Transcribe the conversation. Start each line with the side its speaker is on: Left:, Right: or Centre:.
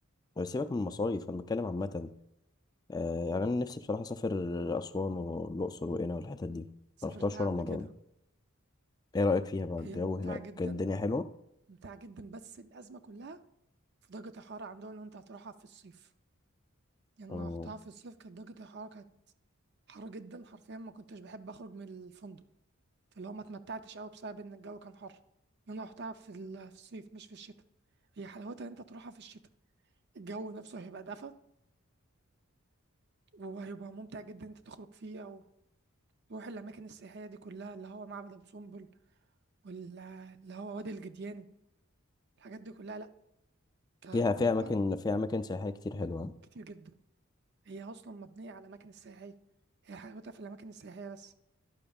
Left: سيبك من المصايف انا بتكلم عامه آه، يعني انا نفسي بصراحه اسافر اسوان والاقصر وقنا والحتت دي
Right: سافرتها
Left: ما رحتهاش ولا
Right: قبل
Left: مره
Right: كده
Left: ايه رايك فيها بقى
Right: هي
Left: الجو
Right: ممتعه
Left: هناك
Right: جدا
Left: الدنيا حلوه
Right: ممتعه جدا بس الازمه كلها في درجة الحرارة عندهم لو أنت هتروحها في الصيف يعني
Left: مم.
Right: أنا رحتها في الصيف كانت درجة الحرارة كانت حر جدا حرفيا ما كنتش بحب أخرج من الفندق فاللي هو ما اتمتعتش أوي بسبب إن الجو كان حر أنا رحتها في ال- في الصيف مش في الشتاء هي حلاوتها إن أنت تروحها في الشتاء الجو نفسه هيبقى دفى وهيبقى ممتع جدا إن أنت تخرج فيه أو تروح الأماكن السياحية دي كلها اللي هو معبد أبو سمبل واللي هو وادي الجديان الحاجات دي كلها لأ كتجربة
Left: فيها فيها اماكن فيها اماكن سياحيه كتير حلوه
Right: كتير جدا هي أصلا مبنية على الأماكن السياحية هي حلاوتها في الأماكن السياحية بس